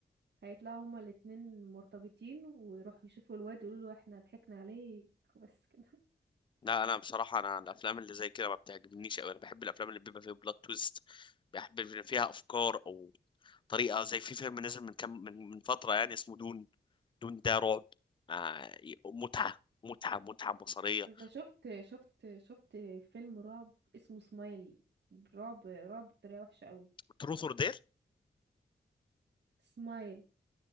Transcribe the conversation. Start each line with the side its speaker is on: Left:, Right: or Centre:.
Right: هيطلعوا هما الاتنين مرتبطين ويروحوا يشوفوا الواد يقولوا له احنا ضحكنا عليك بس كده
Left: لا انا بصراحه انا الافلام اللي زي كده ما بتعجبنيش قوي انا بحب الافلام اللي بيبقى فيها بلوت تويست بحب اللي فيها افكار او طريقه زي في فيلم نزل من كم من, من فتره يعني اسمه دون دون ده رعب آه متعه متعه متعه بصريه
Right: انا شفت شفت شفت فيلم رعب اسمه سمايل رعب رعب بطريقه وحشه قوي
Left: تروث اور دير
Right: سمايل